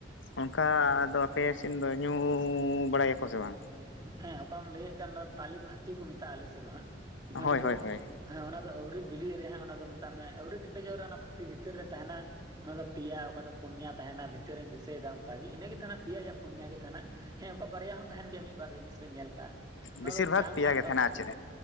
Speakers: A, on the left; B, on the right.
A: ᱚᱝᱠᱟ ᱫᱚ ᱟᱯᱮ ᱥᱮᱫ ᱫᱚ ᱧᱩ ᱵᱟᱲᱟᱭᱟᱠᱚ ᱥᱮ ᱵᱟᱝ?
B: ᱦᱮᱸ ᱚᱠᱟᱢ ᱞᱟᱹᱭᱮᱫ ᱠᱟᱱ ᱚᱱᱟ ᱛᱟᱞᱮ ᱵᱷᱟᱹᱛᱤ ᱠᱚ ᱢᱮᱛᱟᱜᱼᱟ ᱟᱞᱮ ᱥᱮᱫ ᱫᱚ ᱦᱟᱸᱜ, ᱚᱱᱟ
A: ᱦᱳᱭ
B: ᱫᱚᱠᱚᱼᱼ
A: ᱦᱳᱭ ᱦᱳᱭ
B: ᱦᱮᱸ ᱚᱱᱟ ᱫᱚ ᱟᱹᱣᱨᱤ ᱵᱤᱞᱤᱜ ᱨᱮ ᱦᱟᱸᱜ ᱚᱱᱟ ᱫᱚ ᱢᱮᱛᱟᱜ ᱢᱮ ᱟᱹᱣᱨᱤ ᱠᱮᱴᱮᱡᱚᱜ ᱨᱮ ᱚᱱᱟ ᱵᱷᱟᱹᱛᱤ ᱵᱷᱤᱛᱤᱨ ᱨᱮ ᱛᱟᱸᱦᱮᱱᱟᱼ ᱚᱱᱟ ᱫᱚ ᱯᱮᱭᱟ ᱚᱠᱟ ᱫᱚ ᱯᱩᱱᱭᱟ ᱛᱟᱸᱦᱮᱱᱟ ᱵᱷᱤᱛᱨᱤ ᱨᱤᱧ ᱫᱤᱥᱟᱹᱭ ᱫᱟ ᱚᱱᱠᱟᱜᱮ ᱤᱱᱟᱹᱜᱮ ᱛᱟᱸᱦᱮᱱᱟ ᱯᱮᱭᱟ ᱭᱟ ᱯᱩᱱᱭᱟ ᱜᱮ ᱛᱟᱸᱦᱮᱱᱟᱼᱼ ᱦᱮᱸ ᱚᱠᱟ ᱵᱟᱨᱭᱟ ᱦᱚᱸ ᱛᱟᱸᱦᱮᱱ ᱜᱮᱭᱟ ᱢᱤᱫ ᱵᱟᱨ ᱡᱤᱱᱤᱥ ᱨᱤᱧ ᱧᱮᱞ ᱠᱟᱜᱼᱟ, ᱚᱱᱟ
A: ᱵᱮᱥᱤᱨ
B: ᱫᱚ ᱡᱟᱝ
A: ᱵᱷᱟᱜᱽ ᱯᱮᱭᱟ
B: ᱦᱟᱸᱜ ᱚᱠᱟᱼᱼ
A: ᱜᱮ ᱛᱟᱦᱮᱱᱟ ᱟᱨ ᱪᱮᱫ